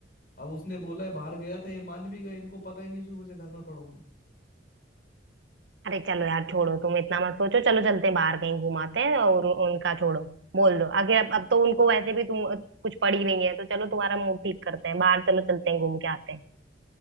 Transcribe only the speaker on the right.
अरे चलो यार छोड़ो तुम इतना मत सोचो चलो चलते हैं बाहर कहीं घुमाते हैं और उ- उनका छोड़ो बोल दो आखिर अब अब तो उनको वैसे भी तुम कुछ पड़ी नहीं है तो चलो तुम्हारा मूड ठीक करते हैं बाहर चलो चलते हैं घूम के आते हैं